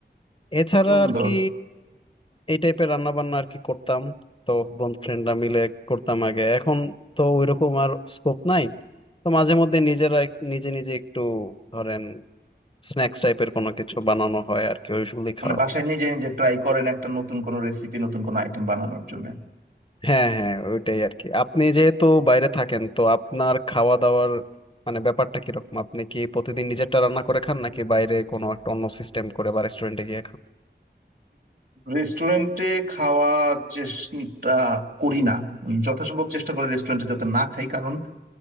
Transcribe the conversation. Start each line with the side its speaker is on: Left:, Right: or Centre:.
Left: এছাড়া
Right: সুন্দর
Left: আর কি এই টাইপের রান্না বান্না আর কি করতাম তো বন্ধু ফ্রেন্ডরা মিলে করতাম আগে এখন তো ওইরকম আর স্কোপ নাই তো মাঝে মধ্যে নিজেরা এক- নিজে নিজে একটু ধরেন স্ন্যাক্স টাইপের কোনো কিছু বানানো হয় আর কি ওইগুলি
Right: মানে
Left: খাওয়া
Right: বাসায়
Left: হয়।
Right: নিজে নিজে ট্রাই করেন একটা নতুন কোনো রেসিপি নতুন কোনো আইটেম বানানোর জন্য
Left: হ্যাঁ হ্যাঁ ওইটাই আর কি আপনি যেহেতু বাইরে থাকেন তো আপনার খাওয়া দাওয়ার মানে ব্যাপারটা কিরকম আপনি কি প্রতিদিন নিজেরটা রান্না করে খান নাকি বাইরে কোনো একটা অন্য সিস্টেম করে বা রেস্টুরেন্টে গিয়ে খান
Right: রেস্টুরেন্টে খাওয়ার চেষ্টা করি না উম, যথাসম্ভব চেষ্টা করি রেস্টুরেন্টে যাতে না খাই কারণ